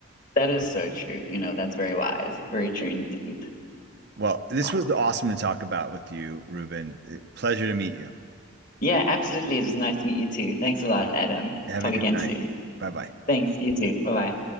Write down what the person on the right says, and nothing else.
Well, this
was awesome to talk about with you, Ruben. Uh, Pleasure to meet you.
Have
a good
night.
Bye bye.